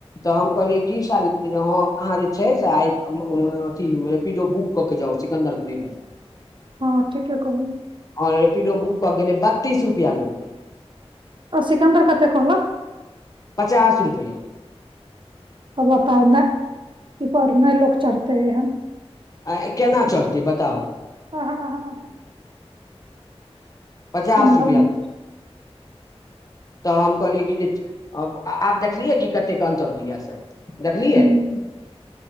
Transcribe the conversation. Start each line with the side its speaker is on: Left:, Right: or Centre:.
Left: तऽ हम कहलिय कि साल जे अहाँ जे छै से आ अथि रेपिडो बुक कऽ के जाउ सिकन्दर के नहिर जाउ।
Right: ह ठीके कहल।
Left: आओर रेपीडो बुक कऽ गेलै बत्तीस रुपआ लै क
Right: ओ सिकमबर कत कहलकऽ
Left: पचास रुपैआ
Right: तब बताउ नहि ई पर नहि लोक चढ़तेहन।
Left: आ केना चढ़तै बताउ।
Right: आ ह आ ह
Left: पचास
Right: सम्भव
Left: रुपआ
Right: नहि
Left: तऽ हम कहलियै कि जे आब देखलियै कि कतेक अन्तर होइया स देखलियै।
Right: तब